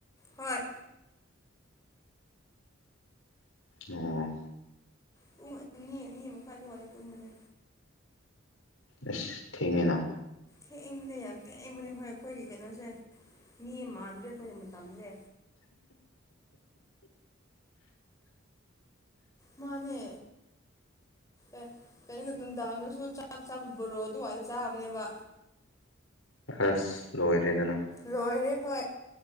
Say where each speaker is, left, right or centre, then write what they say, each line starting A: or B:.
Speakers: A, on the left; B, on the left.
A: ꯍꯣꯏ
B: ꯑꯣ
A: ꯄꯨꯡ ꯑꯅꯤ ꯑꯅꯤ ꯃꯈꯥꯏ ꯑꯗꯨꯋꯥꯏꯗ ꯇꯨꯝꯕꯅꯦ
B: ꯑ ꯊꯦꯡꯉꯤꯅ
A: ꯊꯦꯡꯕꯅꯦ ꯌꯥꯝ ꯊꯦꯡꯕꯅꯦ ꯍꯣꯏ ꯑꯩꯈꯣꯏꯒꯤ ꯀꯩꯅꯣꯁꯦ ꯃꯤ ꯃꯥꯟꯗ꯭ꯔꯦ ꯑꯩꯈꯣꯏꯒꯤ ꯃꯇꯝꯁꯦ ꯃꯅꯦ ꯑꯦ ꯀꯩꯅꯣꯗ ꯅꯨꯡꯗꯥꯡꯒꯁꯨ ꯆꯕꯣꯔꯣ ꯑꯗꯨꯋꯥꯏꯗ ꯆꯥꯕꯅꯦꯕ
B: ꯑꯁ ꯂꯣꯏꯔꯦꯗꯅ
A: ꯔꯣꯏꯔ ꯍ